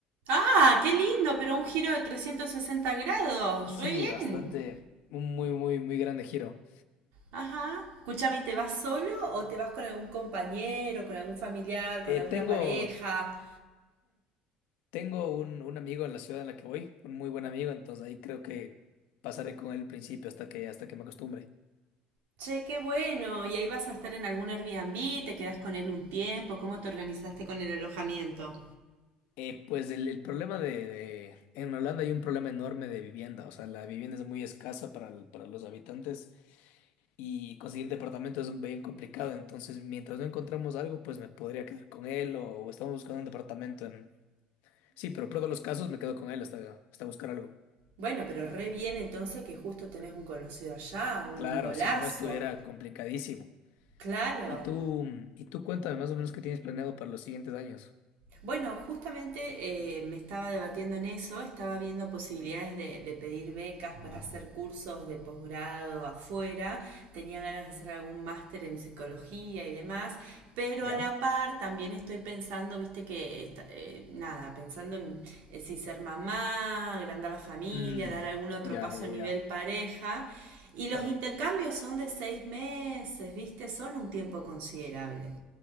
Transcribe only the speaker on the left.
Sí,
bastante, un muy, muy, muy grande giro.
Eh,
tengo...
Tengo un, un amigo en la ciudad en la que voy, un muy buen amigo, entonces ahí creo que pasaré con él al principio hasta que, hasta que me acostumbre.
Eh, pues el, el problema de, de- En Holanda hay un problema enorme de vivienda, o sea, la vivienda es muy escasa para, el- para los habitantes y conseguir departamento es bien complicado, entonces mientras no encontramos algo, pues me podría quedar con él o, o estamos buscando un departamento en... Sí, pero en todos los casos me quedo con él hasta, hasta buscar algo.
Claro,
si no estuviera complicadísimo.
Y tú, mm, y tú cuéntame más o menos qué tienes planeado para los siguientes años.
¿Ya?
Mm,
ya,
ya,
ya.
Claro,